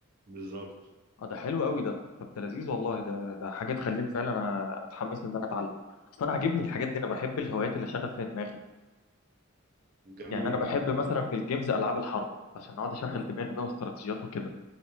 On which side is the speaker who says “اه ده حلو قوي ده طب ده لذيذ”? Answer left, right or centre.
Left